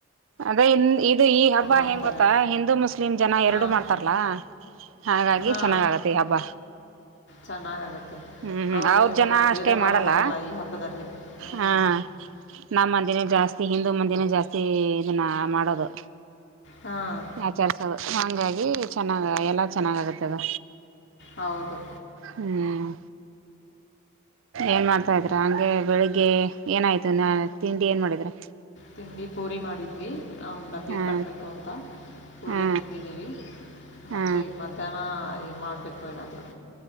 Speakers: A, on the right; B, on the left.
A: ಅದೇ ಇಂದು ಈ ಹಬ್ಬ
B: ಮಾಡ್ತಾರೆ
A: ಹೆಂಗ ಗೊತ್ತಾ ಹಿಂದೂ ಮುಸ್ಲಿಂ ಜನ
B: ಹಾಂ
A: ಎರಡು ಮಾಡ್ತಾರಲಾ. ಹಾಗಾಗಿ
B: ಹಾಂ
A: ಚೆನ್ನಾಗಾಗತ್ತೆ ಈ ಹಬ್ಬ.
B: ಚೆನ್ನಾಗಾಗತ್ತೆ
A: ಹ್ಮ್
B: ಅವರೇನು
A: ಅವ್ರ ಜನ
B: ಭೇದ
A: ಅಷ್ಟೇ
B: ಭಾವ
A: ಮಾಡಲ್ಲ
B: ಈ ಹಬ್ಬದಲ್ಲಿ ಹ್ಞೂ
A: ಹಾ ನಮ್ಮ ಮಂದಿನೇ ಜಾಸ್ತಿ ಹಿಂದೂ ಮಂದಿನೇ ಜಾಸ್ತಿ ಇದನ್ನ ಮಾಡೋದು
B: ಹಾಂ
A: ಆಚರ್ಸೋದು ಹಂಗಾಗಿ ಚೆನ್ನಾಗ ಎಲ್ಲ ಚೆನ್ನಾಗ ಆಗತ್ತೆ ಅದ
B: ಹೌದು
A: ಹ್ಮ್ ಏನ್ ಮಾಡ್ತಾ ಇದ್ರ ಹಂಗ್ ಗೆ ಬೆಳಿಗ್ಗೆ ಏನಾಯ್ತು ನ ತಿಂಡಿ ಏನ್ ಮಾಡಿದ್ರ
B: ತಿಂಡಿ ಪೂರಿ ಮಾಡಿದ್ವಿ ಅವ್ನ ಡಬ್ಬಿಗೆ
A: ಹಾ
B: ಕಟ್ಟಬೇಕು ಅಂತ ಪೂರಿ
A: ಹಾ
B: ತಿಂದಿದ್ದೀವಿ ಮತ್ತೆ
A: ಹಾ
B: ಈಗ ಮಧ್ಯಾಹ್ನ ಏನ್ ಮಾಡ್ಬೇಕು ಏನಾದ್ರು